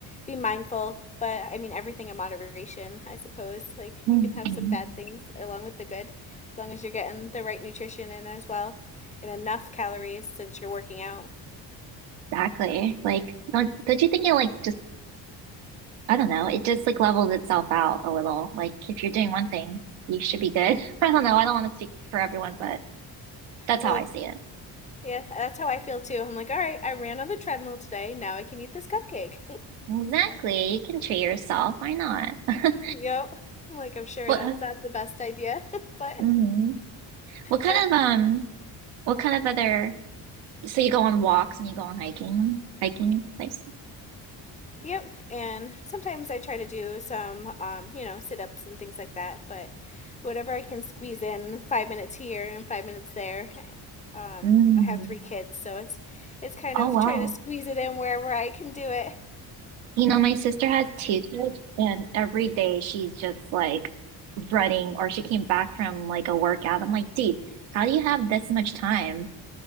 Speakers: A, on the left (about 15°); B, on the right (about 80°).
A: be mindful, but I mean everything in moderation, I suppose. Like
B: Mhm.
A: you can have some bad things along with the good, as long as you're getting the right nutrition in as well and enough calories since you're working out.
B: Exactly. Like, don't, don't you think it like just I don't know. It just like levels itself out a little. Like if you're doing one thing, you should be good. <laughs> I don't know. I don't want to speak for everyone, but that's
A: Well,
B: how I see it.
A: yeah, that's how I feel too. I'm like, all right, I ran on the treadmill today. Now I can eat this cupcake. <laughs>
B: Exactly. You can treat yourself. Why not? <laughs>
A: Yep. I'm like, I'm sure
B: What,
A: that's not the best idea, <laughs> but
B: hmm What kind
A: that's
B: of um what kind of other so you go on walks and you go on hiking, hiking places?
A: Yep, and sometimes I try to do some, um, you know, sit ups and things like that, but whatever I can squeeze in, five minutes here and five minutes there. Um,
B: Mm.
A: I have three kids, so it's it's kind
B: Oh
A: of
B: wow.
A: trying to squeeze it in wherever I can do it.
B: You know, my sister has two kids and every day she's just like running or she came back from like a workout. I'm like, dude, how do you have this much time?